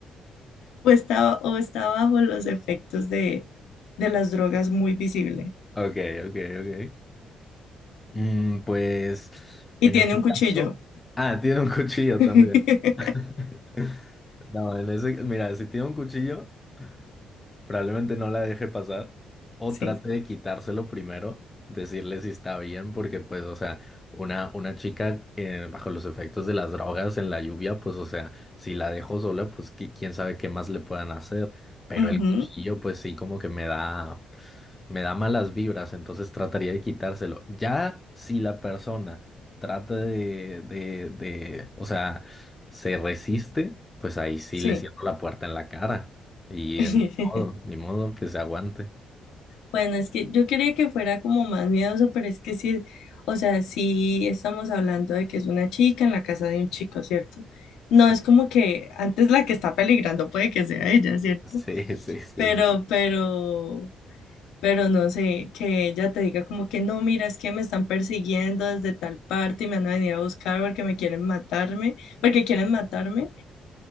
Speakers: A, on the left (about 85°); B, on the left (about 20°).
A: o está, o está bajo los efectos de, de las drogas muy visible.
B: Ok, ok, ok. Mm, pues en
A: Y tiene
B: este
A: un cuchillo.
B: caso. Ah, tiene un cuchillo
A: <laughs>
B: también. <laughs> No, en ese, mira, si tiene un cuchillo. Probablemente no la deje pasar o
A: Sí.
B: trate de quitárselo primero, decirle si está bien, porque pues, o sea, una, una chica eh, bajo los efectos de las drogas en la lluvia, pues, o sea, si la dejo sola, pues qui- quién sabe qué más le puedan hacer, pero
A: Ujú,
B: el cuchillo, pues sí, como que me da, me da malas vibras, entonces trataría de quitárselo. Ya si la persona trata de, de, de, o sea, se resiste, pues ahí sí
A: Sí.
B: le cierro la puerta en la cara. Y
A: <laughs>
B: en modo, ni modo que se aguante.
A: Bueno, es que yo quería que fuera como más miedoso, pero es que sí, o sea, sí estamos hablando de que es una chica en la casa de un chico, ¿cierto? No
B: Sí,
A: es como que antes la que está peligrando puede que sea ella, ¿cierto?
B: sí, sí, sí.
A: Pero,
B: sí.
A: pero, pero no sé, que ella te diga como que no, mira, es que me están persiguiendo desde tal parte y me van a venir a buscar porque me quieren matarme, porque quieren matarme.